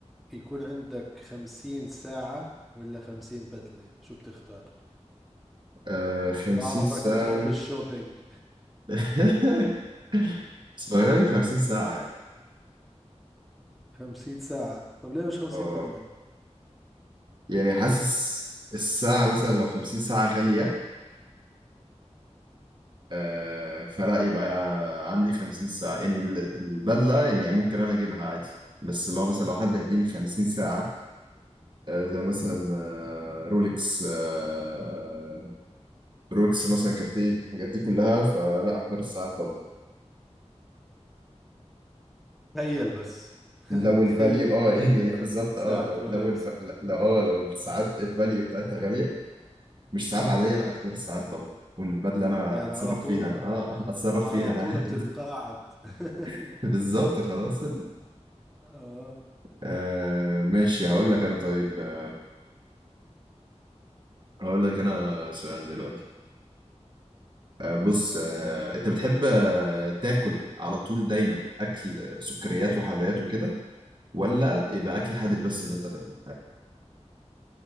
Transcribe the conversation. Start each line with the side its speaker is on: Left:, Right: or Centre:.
Centre: يكون عندك خمسين ساعة ولا خمسين بدلة شو بتختار
Right: آه 50
Centre: بعرفك
Right: ساعة
Centre: بتحب الشوبينج
Right: <laughs> بس غالب 50 ساعة يعني
Centre: <laughs> خمسين ساعة طب ليه مش خمسين
Right: اه
Centre: بدلة
Right: يعني حاسس الساعة مثلا لو 50 ساعة غالية آه فلا يبقى عندي 50 ساعة يعني ال- البدلة يعني ممكن أنا أجيبها عادي بس لو مثلا لو حد هيديني 50 ساعة آه زي مثلا آه رولكس آه رولكس مثلا كارتيه الحاجات دي كلها فلا أختار الساعات طبعا
Centre: تخيل بس <laughs>
Right: لو الفاليو
Centre: تخيل يكون
Right: اه يعني
Centre: عندك خمسين
Right: <laughs> بالظبط
Centre: ساعة
Right: اه لو
Centre: رولكس
Right: لو الف... لو اه لو الساعات الفاليو بتاعتها غالية مش ساعات عادية لا اختار الساعات طبعا والبدلة انا
Centre: قال
Right: اتصرف
Centre: على طول
Right: فيها انا اه <laughs> اتصرف
Centre: على
Right: فيها انا
Centre: طول بتتقاعد <laughs>
Right: <laughs> بالظبط خلاص
Centre: اه
Right: آه ماشي هقول لك انا طيب آه، هقول لك انا سؤال دلوقتي آه بص آه انت بتحب آه تاكل على طول دايما اكل سكريات وحلويات وكده ولا يبقى اكل حادق بس اللي انت تاكله